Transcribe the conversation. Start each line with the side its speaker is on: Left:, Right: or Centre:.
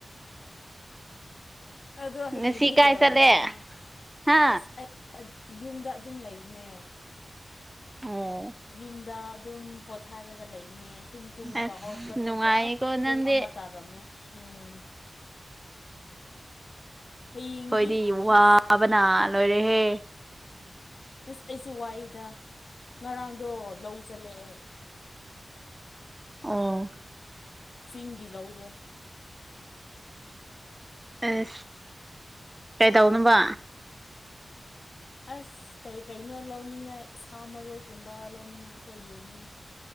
Left: ꯑꯗꯣ ꯍꯌꯦꯡꯗꯤ
Right: ꯉꯁꯤ ꯀꯥꯏ
Left: ꯀꯩꯗꯧꯒꯦꯔ
Right: ꯆꯠꯂꯦ
Left: ꯅꯪ
Right: ꯍꯥ
Left: ꯑꯁ ꯑꯩ ꯑꯠ ꯌꯨꯝꯗ ꯑꯗꯨꯝ ꯂꯩꯕꯅꯦ
Right: ꯑꯣ
Left: ꯌꯨꯝꯗ ꯑꯗꯨꯝ ꯄꯣꯊꯥꯔꯒ ꯂꯩꯕꯅꯦ ꯇꯨꯝ ꯇꯨꯝꯔꯀ‌
Right: ꯑꯁ
Left: ꯍꯧꯒꯠꯂꯒ
Right: ꯅꯨꯡꯉꯥꯏꯌꯦꯀꯣ
Left: ꯄꯨꯡ
Right: ꯅꯪꯗꯤ
Left: ꯑꯃ ꯇꯥꯔꯝꯃꯦ ꯎꯝ ꯍꯌꯦꯡꯗꯤ
Right: ꯑꯈꯣꯏꯗꯤ ꯋꯥꯕꯅ
Left: ꯑꯁ
Right: ꯂꯣꯏꯔꯦꯍꯦ
Left: ꯏꯁꯁ ꯑꯩꯁꯨ ꯋꯥꯏꯗ ꯉꯔꯥꯡꯗꯣ ꯂꯧ ꯆꯠꯂ‌ꯦꯑꯦ
Right: ꯑꯣ
Left: ꯆꯤꯡꯒꯤ ꯂꯧꯗꯣ
Right: ꯑꯦ ꯀꯩꯗꯧꯅꯕ
Left: ꯑꯁ ꯀꯩꯀꯩꯅꯣ ꯂꯧꯅꯤꯡꯉꯥꯏ ꯁꯥ ꯃꯔꯣꯏꯒꯨꯝꯕ ꯂꯧꯅꯤꯡꯉꯥꯏꯀꯣ ꯌꯣꯟꯅꯤꯡꯉꯥꯏ